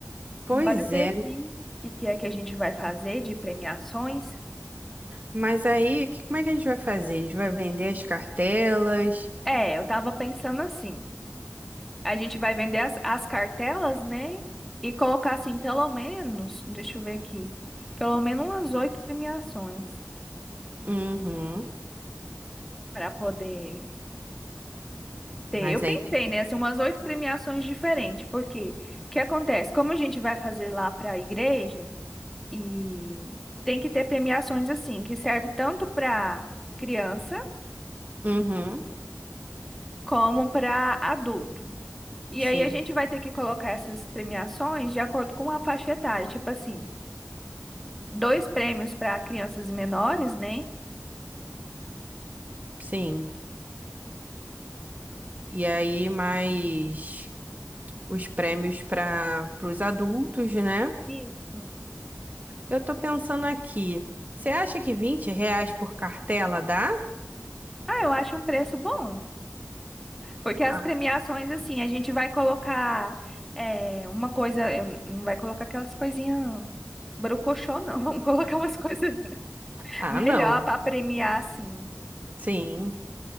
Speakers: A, on the right; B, in the centre.
A: Pois
B: Bora ver
A: é.
B: aqui o que que é que a gente vai fazer de premiações.
A: Mas aí, que- como é que a gente vai fazer? A gente vai vender as cartelas?
B: É, eu tava pensando assim, a gente vai vender as, as cartelas, né? E colocar assim, pelo menos, deixa eu ver aqui, pelo menos umas oito premiações
A: Uhum.
B: para poder Tem,
A: Mas
B: eu pensei,
A: aí. tem-
B: né, assim, umas oito premiações diferentes, porque o que acontece? Como a gente vai fazer lá para a igreja, e tem que ter premiações assim, que serve tanto para criança
A: Uhum.
B: como para adulto. E
A: Sim,
B: aí a gente vai ter que colocar essas premiações de acordo com a faixa etária, tipo assim, dois prêmios para crianças menores, né?
A: sim. E aí, mais os prêmios para os adultos, né?
B: Isso.
A: Eu tô pensando aqui. Você acha que 20 reais por cartela dá?
B: Ah, eu acho um preço bom. Porque as
A: Ah,
B: premiações, assim, a gente vai colocar é, uma coisa, eu n- não vai colocar aquelas coisinhas brocochô, não. <laughs> Vamos colocar umas coisas
A: ah,
B: melhor
A: não.
B: para premiar, assim.
A: Sim.